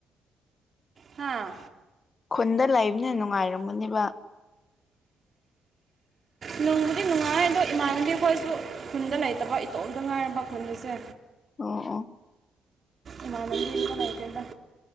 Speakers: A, on the right; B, on the left.
A: ꯍꯥꯥ
B: ꯈꯨꯟꯗ ꯂꯩꯕꯅ ꯅꯨꯡꯉꯥꯏꯔꯝꯒꯅꯦꯕ
A: ꯅꯨꯡꯕꯨꯗꯤ ꯅꯨꯡꯉꯥꯏ ꯑꯗꯣ ꯏꯃꯥꯟꯅꯕꯤ ꯑꯩꯈꯣꯏꯁꯨ ꯈꯨꯟꯗ ꯂꯩꯇꯕ ꯏꯇꯣꯝꯇ ꯉꯥꯏꯔꯕ ꯈꯨꯟ ꯑꯁꯦ
B: ꯑꯣ ꯑꯣ
A: ꯏꯃꯥꯟꯕꯤ ꯑꯃꯠꯇ ꯂꯩꯇ꯭ꯔꯦꯗ